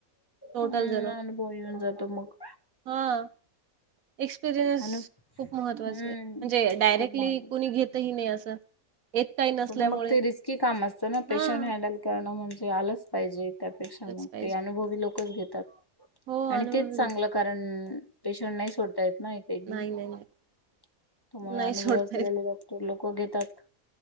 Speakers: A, on the right (about 70°); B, on the left (about 15°).
A: टोटल
B: हम्
A: जण
B: अनुभव येऊन जातो मग
A: हा एक्सपिरियन्स
B: अनु
A: खूप महत्त्वाच
B: हम्म
A: आहे म्हणजे डायरेक्टली
B: खूप महत्व
A: कोणी घेतही नाही असं येत काही नसल्यामुळे
B: हो ना मग ते रिस्की काम असतं ना
A: हा
B: पेशंट हँडल करणं म्हणजे आलंच पाहिजे त्यापेक्षा
A: तेच
B: मग
A: पाहिजे
B: ते अनुभवी लोकच घेतात
A: हो
B: आणि
A: अनुभव
B: तेच चांगलं.
A: घेत
B: कारण पेशंट नाही सोडता येत ना <unintelligible>
A: नाही नाही नाही नाही
B: अनुभव
A: सोडतायेत
B: असलेले डॉक्टर लोक घेतात.